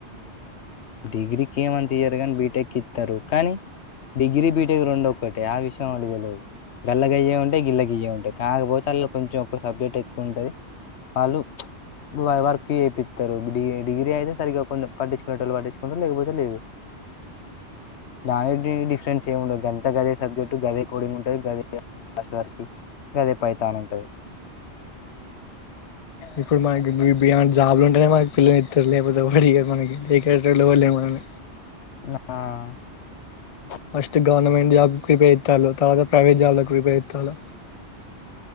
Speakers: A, on the left; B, on the left.
A: డిగ్రీకి ఏ మంత ఇయరు కాని బీటెక్ ఇస్తారు కానీ డిగ్రీ బీటెక్ రెండు ఒకటి ఆ విషయం వాళ్ళు తెలిదు గల్ల గయే ఉంటాే గిల్ల గయ్యే ఉంటాయి కాకపోతే అళ్ళ కొంచెం ఒ సబ్జెక్ట్ ఎక్కువ ఉంటది వాళ్ళు వర్క్ చేయిస్తారు డి డిగ్రీ అయితే సరిగ్గా కొ పట్టించుకునే వాళ్ళు పట్టి తెచ్చుకుంట లేకపోతే లేదు ద డి <unintelligible> డిఫరెన్స్ ఏం ఉండదు, అంత గదే సబ్జెక్ట్ గదే కోడింగ్ ఉంటుందిదేస్ట్ వర్క్ గదే పైతాన్ ఉంటుంది
B: ఇప్పుడు మనకి మీ బియాండ్ జాబ్లు ఉంటేనే మ పిల్లను ఇస్తారు లేకపోతే వా మనకి దేకేది ఎవరు లేరు
A: ఆ
B: ఫస్ట్ గవర్మెంట్ జాబ్ ప్రిపేర్ అవుతారు తరువాత ప్రైవేట్ జాబ్ లకి ప్రేఫరెన్ ఇస్తారు తల